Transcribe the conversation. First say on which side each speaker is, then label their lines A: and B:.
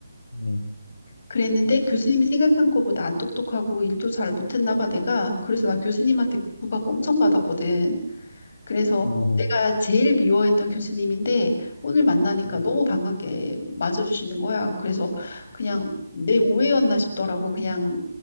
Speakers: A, on the left (about 90°); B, on the left (about 50°).
A: 음,
B: 그랬는데 교수님이 생각한 것보다 안 똑똑하고 일도 잘 못했나 봐, 내가. 그래서 나 교수님한테 구박 엄청 받았거든. 그래서
A: 어,
B: 내가 제일 미워했던 교수님인데 오늘 만나니까
A: 음,
B: 너무 반갑게 맞아주시는 거야. 그래서 그냥 내 오해였나 싶더라고. 그냥